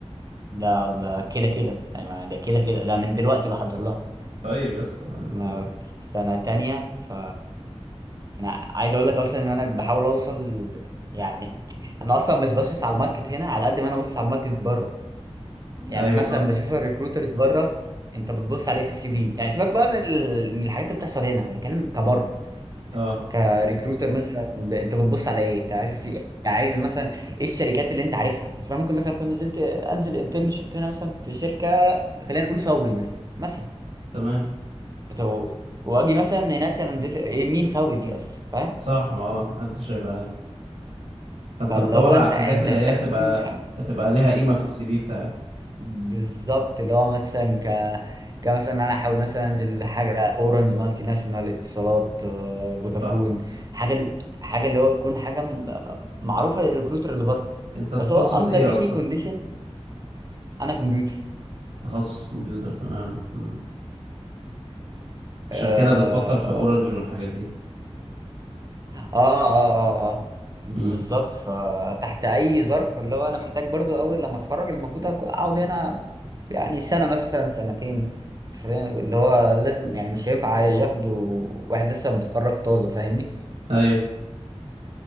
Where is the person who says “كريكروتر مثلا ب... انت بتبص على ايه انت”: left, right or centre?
Right